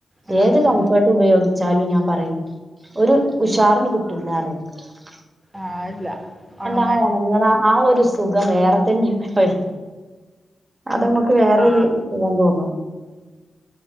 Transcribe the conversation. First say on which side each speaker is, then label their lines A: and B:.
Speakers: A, on the right; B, on the right.
A: ആ
B: ഏത്
A: ആ
B: കംഫർട്ട് ഉപയോഗിച്ചാലും ഞാൻ പറയും ഒരു ഉഷാർന്നെ കിട്ടൂല്ലാന്ന് പറയും പ
A: ആഹ് ഇല്ല ആണോ
B: ആഹ് ഒണങ്ങണ ആ ഒരു ദി സുഖം വേറെ തന്നെയാണ് പറയ് അത് നമുക്ക് വേറൊരു
A: ആ
B: സുഖം തോന്നുന്നു